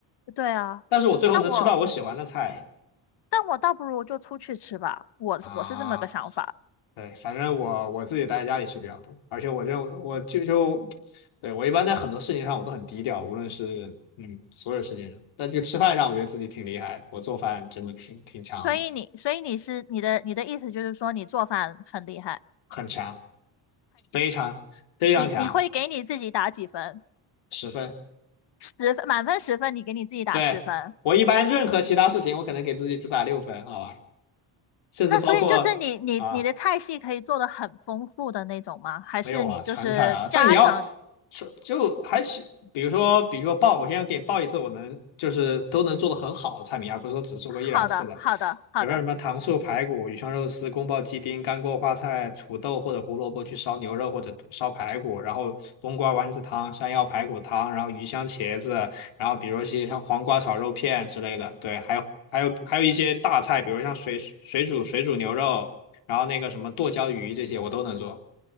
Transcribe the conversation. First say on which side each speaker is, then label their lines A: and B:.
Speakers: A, on the left; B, on the left.
A: 呃对啊，
B: 但是我最后能吃到我喜欢的菜，
A: 那我，但我倒不如就出去吃吧，我我是这么个想法。
B: 啊。对，反正我我自己待在家里吃比较多，而且我认为我就就，对，我一般在很多事情上我都很低调，无论是嗯所有事情上，但这个吃饭上我觉得自己挺厉害的，我做饭真的挺挺强的，
A: 所以你，所以你是你的你的意思就是说你做饭很厉害，
B: 很强，非常非常强，
A: 你你会给你自己打几分？
B: 十分。
A: 十分，满分十分，你给你自己打十分。
B: 对，我一般任何其他事情我可能给自己只打六分，好吧，甚至包括啊
A: 那所以就是你你你的菜系可以做的很丰富的那种吗？还是你就是家常
B: 没有啊，川菜啊，但你要说就还行，比如说比如说报，我现在给你报一次，我能就是都能做的很好的菜品，而不是说只做过一两次的。
A: 好的，好的，好的，
B: 比如说什么糖醋排骨、鱼香肉丝、宫保鸡丁、干锅花菜、土豆或者胡萝卜去烧牛肉或者烧排骨，然后冬瓜丸子汤、山药排骨汤，然后鱼香茄子，然后比如说些像黄瓜炒肉片之类的，对，还有还有还有一些大菜，比如像水水煮水煮牛肉，然后那个什么剁椒鱼这些我都能做。